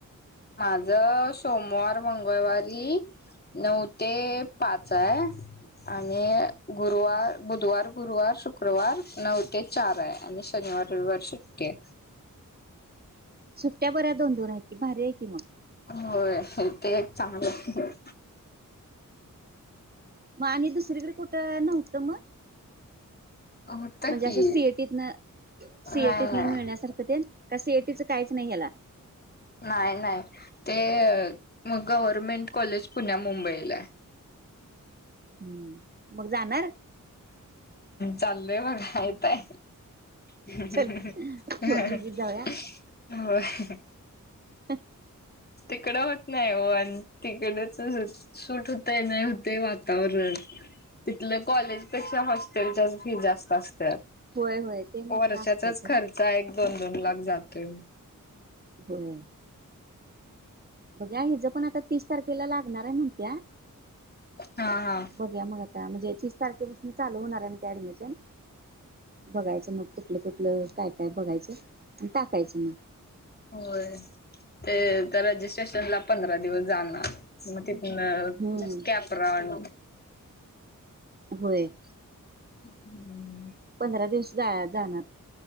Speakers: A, on the left; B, on the right.
A: माझ सोमवार मंगळवारी नऊ ते पाच हाय आणि गुरुवार बुधवार गुरुवार शुक्रवार नऊ ते चार हाय आणि शनि रविवारी सुट्टी आहे
B: सुट्ट्या बऱ्या दोन दोनू आहेत की भारी आहे की मग
A: होय <inaudible> ते एक चांगलं
B: म आणि दुसरीकड कुठं नव्हतं मग
A: होत
B: म्हणजे
A: की
B: असं सीएटीतन
A: नाही
B: सीएटीत
A: नाही
B: न मिळण्यासारखं ते का सीएटीच काहीच नाही ह्याला
A: नाही नाही ते मग गव्हर्मेंट कॉलेज पुण्या मुंबईला आहे
B: हम्म मग जाणार
A: चालय बघा येताय हंहंहंहं
B: चल
A: हाहाहा
B: तू आणि मी जाऊया
A: होय
B: ह <inaudible>
A: तिकडं होत नाही हो आणि तिकडचस सूट होतय नाही होतय वातावरण तिथले कॉलेजपेक्षा हॉस्टेलच्याच फी जास्त असत्यात
B: होय होय ते मात्र
A: वर्षाचाच
B: असतय खरं
A: खर्चा एक दोन दोन लाख जातोय
B: बर बघूया हिज पण आता तीस तारखेला लाग म्हणाराय म्हणत्या
A: हा हा
B: बघूया मग आता म्हणजे तीस तारखेपासून चालू होणार आहे म्हणत्या ऍडमिशन बघायचं मग कुठलं कुठलं काय काय बघायचं आणि टाकायचं मग
A: होय ते त्या रजिस्ट्रेशन ला पंधरा दिवस जाणार मग ते ह
B: हम्म
A: <inaudible> कॅपरान
B: होय.
A: हम्म.
B: पंधरा दिवस जा जाणार